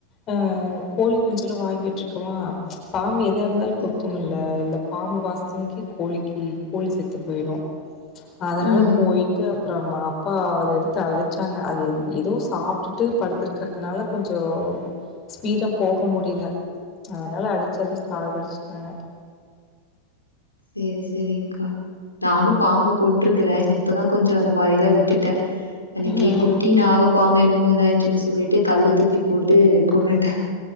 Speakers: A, on the left; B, on the left.
A: அ கோழி குஞ்செல்லா வாங்கி விட்ருக்கமா பாம்பு எதா இருந்தாலு கொத்துமுல்ல
B: ம்
A: இல்ல பாம்பு வாசனைக்கு கோழிக்கு கோழி செத்து போயிடு அதனால
B: ம்
A: போயிட்டு அப்றோம அப்பா அத எடுத்து அடிச்சாங்க அது ஏதோ சாப்ட்டுட்டு படுத்துருக்கிறதுனால கொஞ்சோ ஸ்பீடா போக முடியல அதனால அடுச்சு அத சாகடிச்சுட்டாங்க
B: சேரி சேரிங்க்கா நானு பாம்ப கொண்ட்ருக்கறே இப்பதா கொஞ்சோ அந்த மாரில்லா விட்டுட்ட இன்னைக்கு
A: ம்
B: குட்டி நாக பாம்பேன்னமோ இதாயிச்சுன்னு சொல்லிட்டு கல்ல தூக்கி போட்டு கொன்னுட்ட